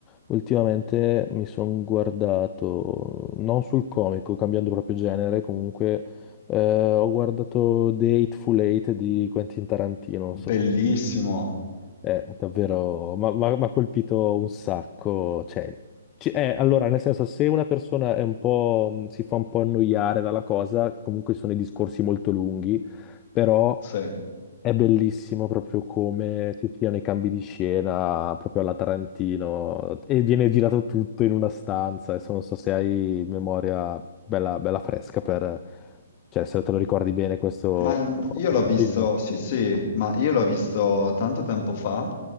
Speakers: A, on the left; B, on the left.
A: ultimamente mi sono guardato, non sul comico, cambiando proprio genere, comunque eh, ho guardato The Hateful Eight di Quentin Tarantino, non so
B: Bellissimo,
A: se... Eh, davvero, ma ma- mi ha colpito un sacco. Cioè, ci- eh, allora, nel senso, se una persona è un po', mh, si fa un po' annoiare dalla cosa, comunque sono i discorsi molto lunghi, però
B: sì.
A: è bellissimo proprio come ci siano i cambi di scena, proprio alla Tarantino, e viene girato tutto in una stanza. Adesso non so se hai memoria bella, bella fresca per... Cioè, se te lo ricordi bene questo,
B: Ma mm, io
A: questo
B: l'ho visto,
A: film.
B: sì sì, ma io l'ho visto tanto tempo fa,